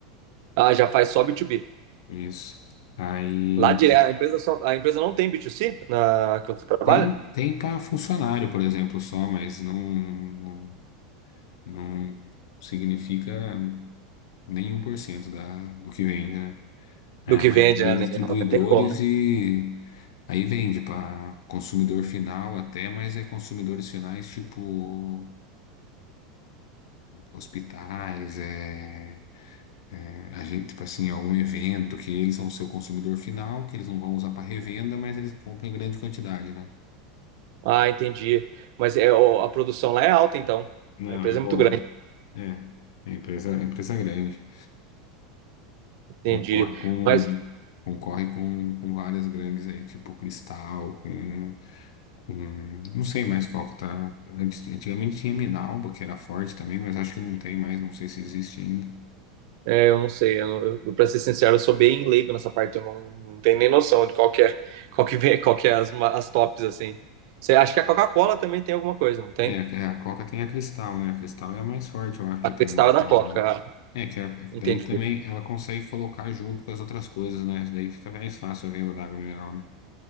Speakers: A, on the right (about 65°); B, on the left (about 70°).
A: Ah, já faz só B2B.
B: Isso. Aí
A: Lá dire- a empresa só, a empresa não tem B2C na que você trabalha?
B: tem, tem para funcionário, por exemplo, só, mas não, não, não significa nem um por cento da, do que vende, né? É,
A: Do que
B: a maioria
A: vende, né?
B: é distribuidores
A: Nem- Não tem como.
B: e aí vende para consumidor final até, mas é consumidores finais tipo hospitais, é, é, a gente, tipo assim, algum evento que eles são seu consumidor final, que eles não vão usar para revenda, mas eles compram em grande quantidade, né?
A: Ah, entendi. Mas é, ó, a produção lá é alta, então.
B: Não,
A: A empresa
B: é boa.
A: é muito grande,
B: É, é empresa, é empresa grande.
A: entendi.
B: Concorre com,
A: Mas
B: concorre com, com várias grandes aí, tipo Cristal, com Hum, não sei mais qual que tá. Antes- Antigamente tinha Minalba, que era forte também, mas acho que não tem mais, não sei se existe ainda.
A: É, eu não sei, eu, eu, pra ser sincero, eu sou bem leigo nessa parte, eu não, não tenho nem noção de qual que é, qual que vem, <laughs> qual que é as, ma- as tops, assim. Você acha que a Coca-Cola também tem alguma coisa, não tem?
B: É, é, a Coca tem a Cristal, né? A Cristal é a mais forte, eu acho
A: A
B: que
A: cristal
B: tem no mercado,
A: é da Coca,
B: né?
A: ah,
B: É, que, a, é que
A: entendi,
B: daí também ela consegue colocar junto com as outras coisas, né? Daí fica mais fácil a venda da água mineral, né?